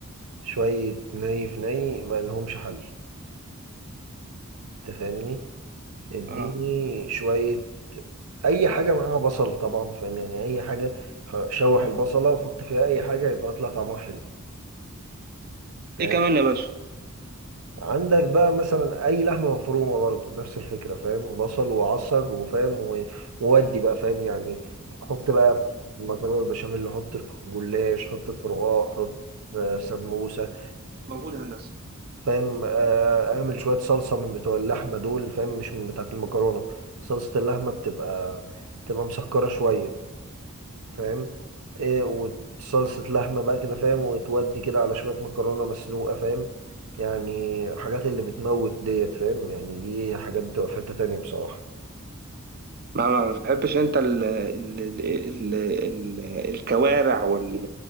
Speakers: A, on the right; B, on the right.
A: شوية ني في ني ما لهمش حل تفهمني اديني
B: اه
A: شوية اي حاجة معاها بصل طبعا فاهم يعني اي حاجة شوح البصلة وحط فيها اي حاجة يبقى يطلع طعمها حلو فاهم
B: إيه كمان يا باشا؟
A: عندك بقى مثلا اي لحمة مفرومة برضه نفس الفكرة فاهم بصل وعصج وفاهم و- وودي بقى فاهم يعني حط بقى في مكرونة البشاميل حط في جلاش حط في رقاق حط في سموسة
B: موجود يا هندسة
A: فاهم آه، اعمل شويه صلصه من بتوع اللحمه دول فاهم مش من بتاعه المكرونه صلصه اللحمه بتبقى بتبقى مسكره شويه فاهم ايه وصلصه لحمه بقى كده فاهم وتودي كده على شويه مكرونه مسلوقه فاهم يعني حاجات اللي بتموت ديت فاهم يعني دي حاجات بتبقى في حته تانيه بصراحه
B: ما ما بتحبش انت ال ال ال ال ال الكوارع وال